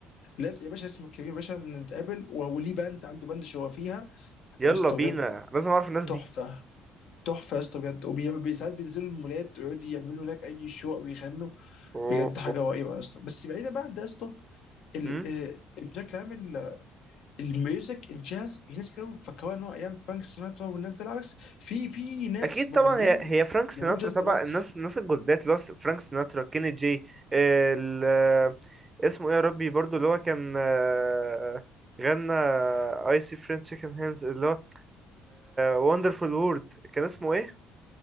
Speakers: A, on the left; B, on the right.
A: لازم يا باشا اسمه كريم يا باشا نتقابل وليه باند عنده باند شو هو فيها
B: يلا
A: يا اسطى
B: بينا
A: بجد
B: لازم اعرف الناس
A: تحفه
B: دي
A: تحفه يا اسطى بجد وبي- ساعات بينزلوا المولات ويقعدوا يعملوا هناك اي شو او يغنوا
B: اوه
A: بجد حاجه رهيبه يا اسطى بس بعيدا بقى عن ده يا اسطى ال-
B: امم
A: آه، بشكل عام ال- الميوزك الجاز في ناس كتير أوي بيفكروها ان هو ايام فرانك سيناترا والناس ده العكس في في ناس
B: اكيد
A: مغنيين
B: طبعا هي هي فرانك سيناترا
A: بيعملوا جاز
B: طبعا
A: دلوقتي
B: الناس الناس الجولدات اللي هو س- فرانك سيناترا كيني جي ال... اسمه ايه يا ربي برضو اللي هو كان آه، غنى اي سي فريند تشيكن هانز اللي هو وندرفول وورد كان اسمه ايه